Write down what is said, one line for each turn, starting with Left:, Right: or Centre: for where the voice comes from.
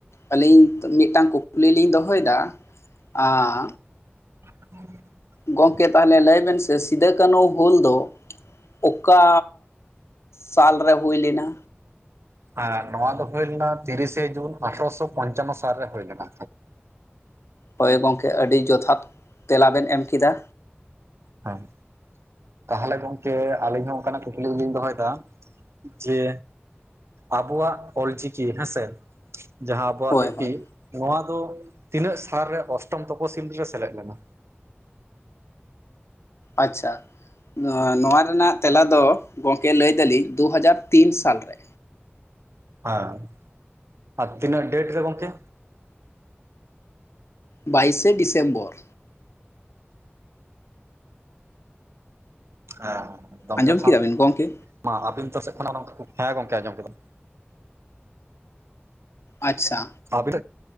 Left: ᱟᱹᱞᱤᱧ ᱢᱤᱫᱴᱟᱝ ᱠᱩᱠ ᱠᱩᱠᱞᱤ ᱞᱤᱧ ᱫᱚᱦᱚᱭᱫᱟ ᱟᱸᱻ
Right: <unintelligible>
Left: ᱜᱚᱢᱠᱮ ᱛᱟᱦᱚᱞᱮ ᱞᱟᱹᱭ ᱵᱮᱱ ᱥᱮ, ᱥᱤᱫᱟᱹ ᱠᱟᱹᱱᱦᱩ ᱦᱩᱞ ᱫᱚ ᱚᱠᱟ ᱥᱟᱞᱨᱮ ᱦᱩᱭ ᱞᱮᱱᱟ᱾
Right: ᱟᱨ ᱱᱚᱶᱟ ᱫᱚ ᱦᱩᱭᱳᱭ ᱞᱮᱱᱟ ᱛᱤᱨᱤᱥᱮ ᱡᱩᱱ ᱟᱴᱷᱨᱚᱥᱚ ᱯᱚᱧᱪᱟᱱᱱᱚ ᱥᱟᱞᱨᱮ ᱦᱩᱭᱞᱱᱟ,
Left: ᱦᱚᱭ ᱜᱚᱢᱠᱮ ᱟᱹᱰᱤ ᱡᱚᱛᱷᱟᱛ ᱛᱮᱞᱟ ᱵᱮᱱ ᱮᱢ ᱠᱮᱫᱟ,
Right: ᱦᱮᱸ ᱛᱟᱦᱚᱞᱮ ᱜᱚᱢᱠᱮ ᱟᱹᱞᱤᱧ ᱦᱚᱸ ᱚᱱᱠᱟᱱᱟᱜ ᱠᱩᱠᱞᱤ ᱜᱮ ᱞᱤᱧ ᱫᱚᱦᱚᱭ ᱫᱟ ᱡᱮ ᱟᱵᱚᱣᱟᱜ ᱚᱞᱪᱤᱠᱤ ᱦᱮᱸ ᱥᱮ, ᱡᱟᱦᱟᱸ ᱟᱵᱚᱣᱟᱜ
Left: ᱦᱳᱭ
Right: ᱞᱤᱯᱤ
Left: ᱦᱳᱭ
Right: ᱱᱚᱣᱟ ᱫᱚ ᱛᱤᱱᱟᱹᱜ ᱥᱟᱞ ᱨᱮ ᱚᱥᱴᱚᱢ ᱛᱚᱯᱚᱥᱤᱞ ᱨᱮ ᱥᱮᱞᱮᱫ ᱞᱮᱱᱟ,
Left: ᱟᱪᱪᱷᱟ, ᱱᱚᱣᱟ ᱨᱮᱱᱟᱜ ᱛᱮᱞᱟ ᱫᱚ ᱜᱚᱢᱠᱮ ᱞᱟᱹᱭ ᱫᱟᱞᱤᱧ ᱫᱩ ᱦᱟᱡᱟᱨ ᱛᱤᱱ ᱥᱟᱞ ᱨᱮ,
Right: ᱦᱟᱸ ᱟᱨ ᱛᱤᱱᱟᱹᱜ ᱰᱮᱴ ᱨᱮ ᱜᱚᱢᱠᱮ,
Left: ᱵᱟᱭᱤᱥᱮ ᱰᱤᱥᱮᱢᱵᱚᱨ,
Right: ᱦᱮᱸ ᱮᱠᱫᱚᱢ
Left: ᱟᱸᱡᱚᱢ
Right: ᱡᱚᱛᱷᱟᱛ
Left: ᱠᱮᱫᱟ ᱵᱤᱱ ᱜᱚᱢᱠᱮ
Right: ᱢᱟ ᱟᱵᱤᱱ ᱛᱚ ᱥᱮᱫ ᱠᱷᱚᱱᱟᱜ ᱦᱮᱸ ᱜᱚᱢᱠᱮ ᱟᱸᱡᱚᱢ ᱠᱮᱫᱟ᱾
Left: ᱟᱪᱪᱷᱟ
Right: ᱟᱹᱵᱤᱱ